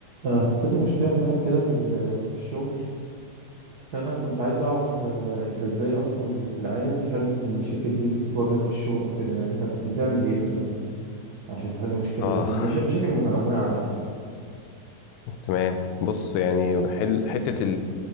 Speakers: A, on the right; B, on the left.
A: آه، حصل لي مشكلة امبارح كده في ال- في الشغل فأنا كنت عايز أعرف آه، أنت إزاي أصلا في العادة بتحل المشاكل دي اللي بتواجهك في الشغل وكده يعني أنت بتعمل إيه مثلا عشان تحل مشكلة
B: اه
A: زي دي مشا... مشاكل متنوعة بقى
B: تمام بص يعني حل حته